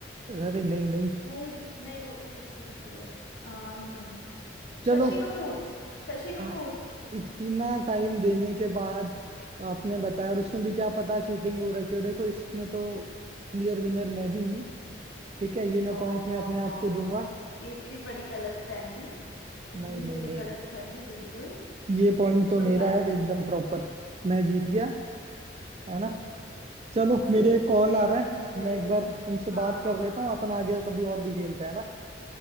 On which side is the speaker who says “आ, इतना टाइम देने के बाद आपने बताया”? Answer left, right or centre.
Right